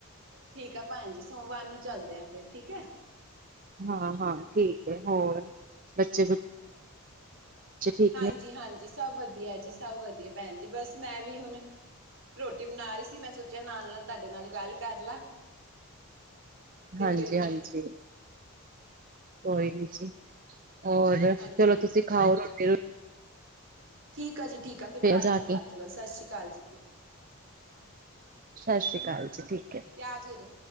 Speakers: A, on the right (about 55°); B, on the right (about 40°).
A: ਠੀਕ ਆ ਭੈਣ ਜੀ ਸੋਮਵਾਰ ਨੂੰ ਚੱਲਦੇ ਆਂ ਫੇਰ ਠੀਕ ਐ।
B: ਹਾਂ ਹਾਂ, ਠੀਕ ਐ ਹੋਰ
A: ਠੀਕ
B: ਬੱਚੇ
A: ਐ।
B: ਬੱਚੇ ਠੀਕ
A: ਹਾਂਜੀ
B: ਨੇ
A: ਹਾਂਜੀ, ਸਭ ਵਧੀਆ ਜੀ ਸਭ ਵਧੀਆ, ਭੈਣ ਜੀ ਬਸ ਮੈਂ ਵੀ ਹੁਣ ਰੋਟੀ ਬਣਾ ਰੀ ਸੀ ਮੈਂ ਸੋਚਿਆ ਨਾਲ ਨਾਲ ਤਾਡੇ ਨਾਲ ਗੱਲ ਕਰ ਲਾ। ਤੇ
B: ਹਾਂਜੀ,
A: ਫਿਰ
B: ਹਾਂਜੀ। ਕੋਈ ਨੀ ਜੀ, ਔਰ
A: ਹਾਂਜੀ
B: ਚਲੋ ਤੁਸੀਂ ਖਾਓ ਰੋਟੀ-ਰੂ
A: ਠੀਕ ਆ ਜੀ ਠੀਕ ਆ, ਫਿਰ
B: ਫੇਰ
A: ਕਰਦੀ
B: ਜਾ
A: ਆ
B: ਕੇ
A: ਬਾਦ ਚ ਗੱਲ ਸਤ ਸ੍ਰੀ ਕਾਲ ਜੀ।
B: ਸਤਿ ਸ੍ਰੀ ਅਕਾਲ ਜੀ ਠੀਕ ਹੈ
A: ਪਿਆਜ ਚੀਰੇ